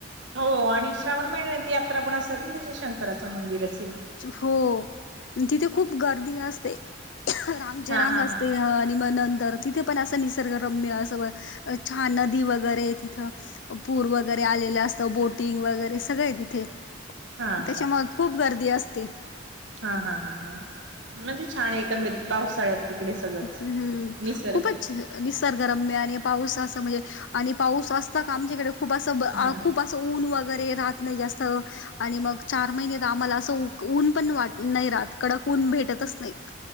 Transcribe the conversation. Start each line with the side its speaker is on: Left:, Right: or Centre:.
Right: हो आणि श्रावण महिन्यात यात्रा पण असतात ना त्याची शंकराचं मंदिर अस
Left: हो तिथे खूप गर्दी असते. रा म्हनजे
Right: हा
Left: रांग
Right: हा
Left: असते
Right: हा
Left: अ आणि म नंतर तिथे पण असं निसर्गरम्य असं व छान नदी वगैरे तिथं पूर वगैरे आलेलं असत बोटिंग वगैरे सगळं आये तिथे.
Right: हा
Left: त्याच्यामुळ
Right: का
Left: खूप गर्दी आसते.
Right: हा हा हा हा म्हणजे छान एकंदरीत पाऊसाळ्यात तिकडे सगळंच.
Left: हम्म
Right: निसर्ग.
Left: खूपच निसर्गरम्य आणि पाऊस आसं म्हणजे आणि पाऊस असता का आमच्याकडे खूप आसं ब आ
Right: हा
Left: खूप आ सं ऊन वगैरे राहत नाही जास्त आणि मग चार महिने त आम्हाला आसं उ ऊन पण वाट नाही राहात कडक ऊन भेटतच नाही